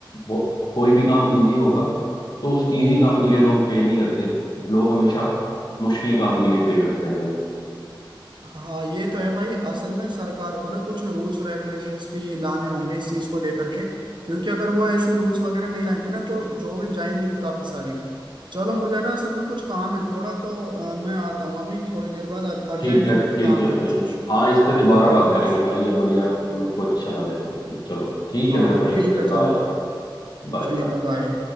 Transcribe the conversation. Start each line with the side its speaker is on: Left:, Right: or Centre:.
Left: वो- कोई भी काम इजी होगा तो उस इजी काम के लिए लोग पे नहीं करते लोग हमेशा मुश्किल काम के लिए पे करते हैं भाई
Right: हाँ ये तो है भाई असल में सरकार को ना कुछ रूल्स रेगुलेशंस भी लाने होंगे इस चीज को लेकर के क्योंकि अगर वो ऐसी रूल्स वगैरह नहीं लाएंगे ना तो जो भी जाएंगी भी काफी सारी चलो मुझे ना असल में कुछ काम है थोड़ा तो अ, मैं आता हूँ अभी थोड़ी देर बाद अर्जेंट
Left: ठीक है
Right: मुझे
Left: ठीक
Right: काम
Left: है
Right: है
Left: भाई
Right: कुछ
Left: हाँ इस पे दोबारा
Right: ठीक
Left: बात
Right: है ना
Left: करेंगे भाई ये बढ़िया मेरे को अच्छा लगा ये चलो ठीक
Right: हाँ
Left: है मेरे भाई
Right: ठीक
Left: ओके
Right: है
Left: बाय
Right: चलो
Left: Bye
Right: ठीक
Left: bye
Right: है बाय